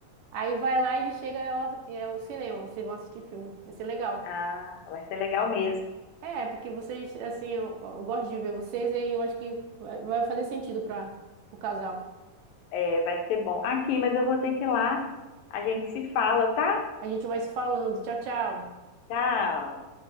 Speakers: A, on the right; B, on the left.
A: Aí vai lá e ele chega ao, é, ao cinema, vocês vão assistir filme. Vai ser legal.
B: Ah, vai ser legal mesmo.
A: É, porque vocês, assim, eu, eu gosto de ver vocês e eu acho que vai vai fazer sentido para o casal.
B: É, vai ser bom. Aqui, mas eu vou ter que ir lá. A gente se fala, tá?
A: A gente vai se falando. Tchau, tchau.
B: Tchau.